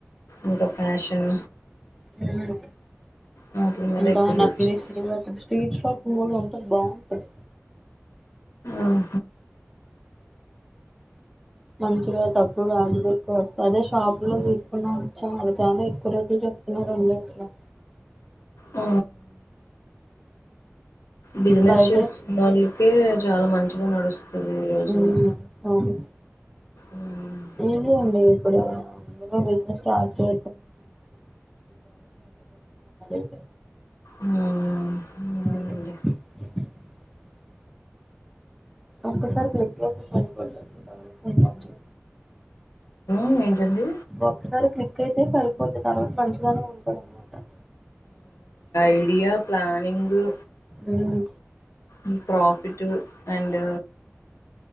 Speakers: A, on the left; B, in the centre.
A: ఇంకా ఫ్యాషన్
B: ఉమ్.
A: వాటి మీద
B: ఇంకా
A: ఎక్కువ
B: నక్లీస్
A: చూపిస్తారు
B: రోడ్లో స్ట్రీట్ షాపింగ్ కూడా ఉంటది బాగుంటది
A: ఆహ
B: మంచిగా తక్కువగా <unintelligible> అదే షాపు లో తీసుకున్నామో చాలా చాలా ఎక్కువరేట్లు చెప్ నా రెండు <unintelligible>
A: ఆ బిజినెస్
B: బయట
A: చేస్తున్న వాళ్ళకే చాలా మంచిగా నడుస్తుంది ఈ రోజుల్లో
B: ఉమ్, అవును
A: ఉమ్,
B: ఈజీ అండి ఇప్పుడు అందుకే బిజినెస్ స్టార్ట్ చే <unintelligible>
A: ఉమ్
B: <inaudible>
A: అవునండి
B: ఒక్కసారి క్లిక్ అయితే సరిపోద్ది తరువాత ఇగ మంచిగ
A: ఉ ఏంటండీ
B: ఒక్కసారి క్లిక్ అయితే సరిపోద్ది తర్వాత మంచిగానే ఉంటది అన్నమాట
A: ఐడియా ప్లానింగు
B: ఉమ్
A: ఈ ప్రాఫిట్ అండ్